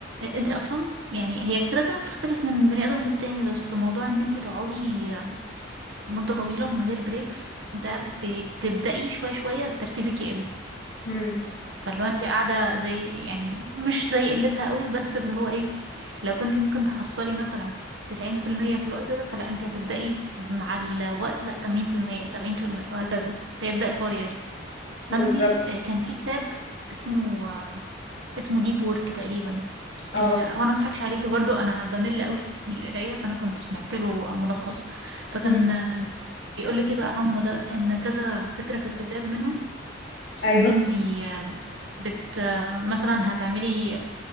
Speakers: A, on the right (about 75°); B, on the left (about 60°).
A: انت اصلا يعني هي كده كده بتختلف من بني ادم للتاني بس موضوع ان انت تقعدي آه، مدة طويلة من غير بريكس ده بي- بتبدأي شوية شوية تركيزك يقل
B: مم.
A: فاللي هو انت قاعده زي يعني مش زي قلتها قوي بس اللي هو ايه لو كنت ممكن تحصلي مثلا 90% في المية في الوقت ده فلا انت هتبدأي مع الوقت لا 80% 70% وهكذا فيبدأ الحوار يقل فانت
B: بالظبط
A: آه، كان في كتاب اسمه آه، اسمه ديب وورك تقريبا
B: اه
A: آه، هو انا مضحكش عليكي برضو انا بمل قوي <laughs> من القرايه فانا كنت سمعت له ملخص فكان
B: مم.
A: بيقول لك ايه بقى عمو ده ان كذا فكره في الكتاب منهم
B: ايوه
A: ان انتي آه، بت آه، مثلا هتعملي